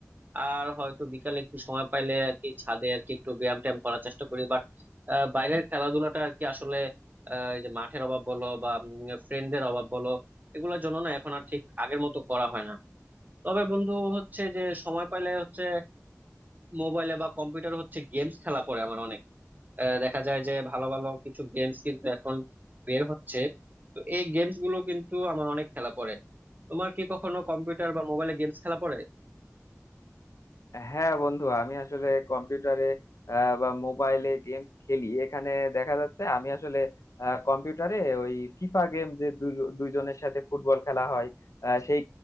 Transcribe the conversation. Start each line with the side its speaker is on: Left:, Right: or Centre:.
Right: আর হয়তো বিকালে একটু সময় পাইলে আর কি ছাদে আর কি একটু ব্যায়াম ট্যায়াম করার চেষ্টা করি বাট বাইরের খেলাধুলাটা আর কি আসলে আহ, এই যে মাঠের অভাব বলো বা ফ্রেন্ডদের অভাব বলো এগুলোর জন্য না এখন আর ঠিক আগের মতো করা হয় না তবে বন্ধু হচ্ছে যে সময় পাইলে হচ্ছে মোবাইলে বা কম্পিউটার হচ্ছে গেমস খেলা পড়ে আমার অনেক আহ, দেখা যায় যে ভালো ভালো কিছু গেমস কিন্তু এখন বের হচ্ছে তো এই গেমস গুলো কিন্তু আমার অনেক খেলা পড়ে তোমার কি কখনো কম্পিউটার বা মোবাইলে গেমস খেলা পড়ে
Left: হ্যাঁ বন্ধু আমি আসলে কম্পিউটারে আহ, বা মোবাইলে গেমস খেলি এখানে দেখা যাচ্ছে আমি আসলে আহ, কম্পিউটারে ওই ফিফা গেম যে দুজ- দুইজনের সাথে ফুটবল খেলা হয় আহ, সেই